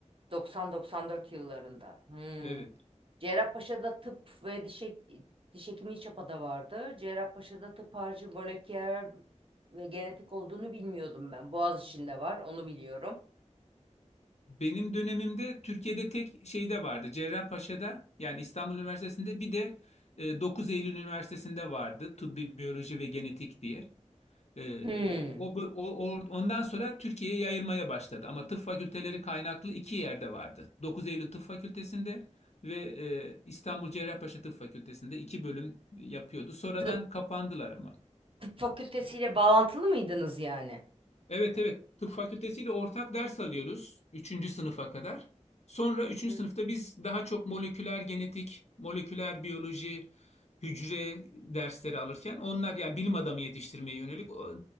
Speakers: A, on the right; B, on the left.
A: 90-94 yıllarında. Hmm.
B: Evet.
A: Cerrahpaşa'da tıp ve diş, hek- diş hekimliği çapada vardı. Cerrahpaşa'da tıp harcı moleküler ve genetik olduğunu bilmiyordum ben. Boğaziçi'nde var, onu biliyorum.
B: Benim dönemimde Türkiye'de tek şeyde vardı. Cerrahpaşa'da yani İstanbul Üniversitesi'nde bir de e, 9 Eylül Üniversitesi'nde vardı. Tıbbi Biyoloji ve Genetik diye. Ee,
A: Hmm.
B: o, bu- o, o- ondan sonra Türkiye'ye yayılmaya başladı. Ama tıp fakülteleri kaynaklı iki yerde vardı. 9 Eylül Tıp Fakültesi'nde ve e, İstanbul Cerrahpaşa Tıp Fakültesi'nde iki bölüm yapıyordu. Sonradan
A: Tıp,
B: kapandılar ama.
A: tıp fakültesiyle bağlantılı mıydınız yani?
B: Evet evet tıp fakültesiyle ortak ders alıyoruz üçüncü sınıfa kadar. Sonra üçüncü
A: Hı.
B: sınıfta biz daha çok moleküler genetik, moleküler biyoloji, hücre dersleri alırken onlar yani bilim adamı yetiştirmeye yönelik o-